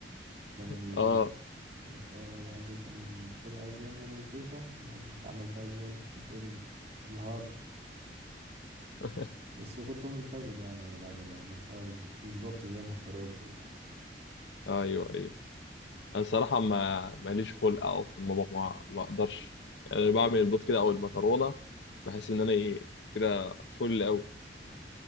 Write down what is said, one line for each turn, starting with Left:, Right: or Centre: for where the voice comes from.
Right: كان بيجيب
Left: اه
Right: يعني فاهم أي حد كان مبتدئ عايز يعمل الكيكة أنت عملتها إزاي؟ بتقول لي اللي حاضر
Left: <laughs>
Right: بس كنت ملتزم يعني وانا بعملها عملتها بز- بالظبط زي ما الطريقه بتقول
Left: ايوه ايوه انا الصراحه ما ماليش خلق او في المطبخ ما بقدرش يعني بعمل البيض كده او المكرونه بحس ان انا ايه كده فل قوي